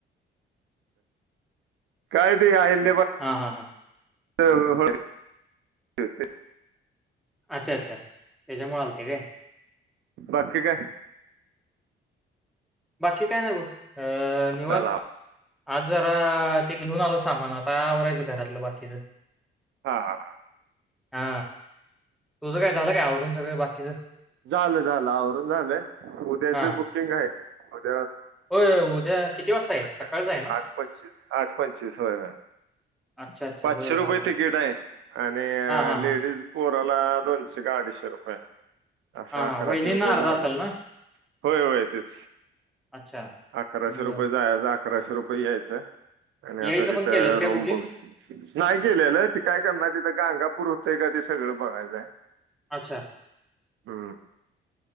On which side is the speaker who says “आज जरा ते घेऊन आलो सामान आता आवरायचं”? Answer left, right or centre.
Centre